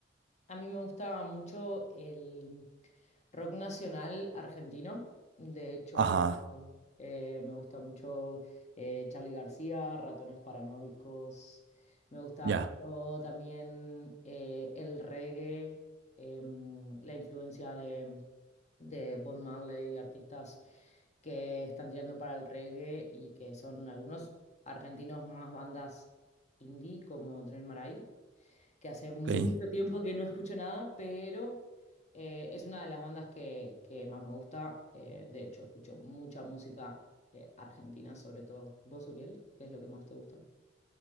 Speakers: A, on the left; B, on the right.
A: A mí me gustaba mucho el rock nacional argentino. De hecho,
B: Ajá,
A: eh, me gusta mucho eh, Charly García, Ratones Paranoicos. Me gustaba
B: ya,
A: mucho también eh, el reggae, em, la influencia de, de Bob Marley, artistas que están tirando para el reggae y que son algunos argentinos más bandas indie como Dren Maray que hace mucho
B: ok.
A: tiempo que no escucho nada, pero eh, es una de las bandas que, que más me gusta. Eh, de hecho, escucho mucha música eh, argentina, sobre todo. ¿Vos, Uriel? ¿Qué es lo que más te gusta?